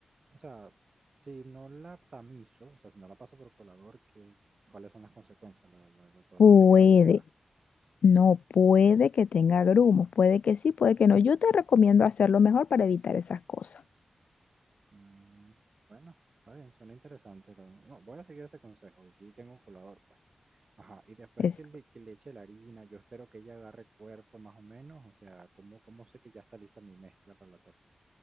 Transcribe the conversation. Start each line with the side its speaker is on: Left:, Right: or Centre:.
Right: O sea, si no la tamizo, o sea, si no la paso por colador, ¿qué, cuáles son las consecuencias? ¿La, la, la torta
Left: Puede,
Right: me queda fea?
Left: no puede que tenga grumos, puede que sí, puede que no. Yo te recomiendo hacerlo mejor para evitar esas cosas.
Right: Mm, bueno, está bien, suena interesante. lo- no, voy a seguir ese consejo y si tengo colador, pues. Ajá, y después
Left: Es,
Right: que le, que le eche la harina, yo espero que ella agarre cuerpo más o menos, o sea, ¿cómo, cómo sé que ya está lista mi mezcla para la torta?